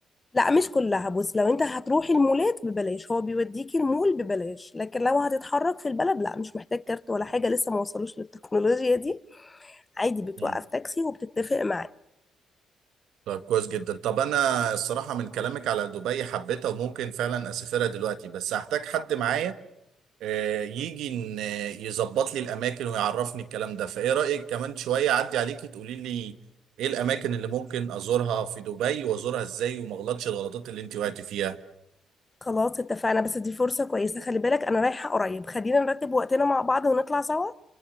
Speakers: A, on the left (about 20°); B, on the right (about 85°).
A: لا مش كلها بص لو انت هتروحي المولات ببلاش هو بيوديكي المول ببلاش لكن لو هتتحرك في البلد لا مش محتاج كارت ولا حاجة لسه ما وصلوش للتكنولوجيا دي عادي بتوقف
B: مم.
A: تاكسي وبتتفق معاه
B: طب كويس جدا طب انا الصراحة من كلامك على دبي حبيتها وممكن فعلا اسافرها دلوقتي بس هحتاج حد معايا آه، يجي ان آه، يظبط لي الاماكن ويعرفني الكلام ده فايه رايك كمان شويه اعدي عليكي تقولي لي ايه الاماكن اللي ممكن ازورها في دبي وازورها ازاي وما اغلطش الغلطات اللي انت وقعتي فيها
A: خلاص اتفقنا بس دي فرصة كويسة خلي بالك انا رايحة قريب خلينا نرتب وقتنا مع بعض ونطلع سوا